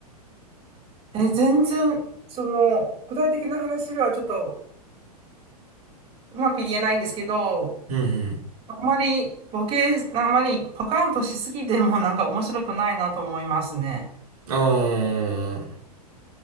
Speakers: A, on the right; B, on the right.
A: え、全然、その、具体的な話はちょっとうまく言えないんですけど、
B: うん
A: あまり、ボケ、あまりパカンとしすぎてもなんか面白くないなと思いますね。
B: うん。うーん。